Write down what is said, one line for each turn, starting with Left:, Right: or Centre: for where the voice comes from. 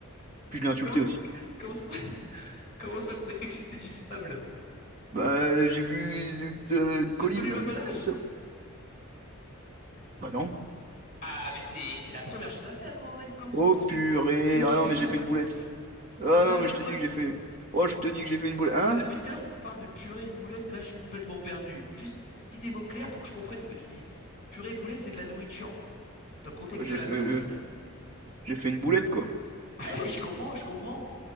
Right: Puis je l'ai insulté
Left: Comment ça,
Right: aussi.
Left: comment ça, comment ça t'as cru que c'était du sable?
Right: Bah, j'ai vu euh, une colline,
Left: T'as pas lu l'emballage?
Right: euh, c'est du sable. Bah non.
Left: Ah, mais c'est c'est la première chose à faire quand on a une commande.
Right: Oh
Left: Qu'est-ce que
Right: purée.
Left: qu'est-ce
Right: Ah
Left: qu'il
Right: non, mais
Left: nous
Right: j'ai
Left: a appris
Right: fait une boulette.
Left: le boss?
Right: Ah
Left: Il nous a
Right: non,
Left: appris
Right: mais
Left: quoi
Right: je te
Left: le boss?
Right: dis que j'ai fait. Oh, je te dis que j'ai fait une boulette. Hein?
Left: Là, depuis tout à l'heure, tu parles de purée, de boulettes. Là, je suis complètement perdu. Juste dis des mots clairs pour que je comprenne ce que tu dis. Purée, boulette, c'est de la nourriture. Dans le contexte
Right: Ouais, J'ai
Left: de la
Right: fait,
Left: cantine,
Right: j'ai fait une boulette, quoi.
Left: <laughs> allez, je comprends, je comprends.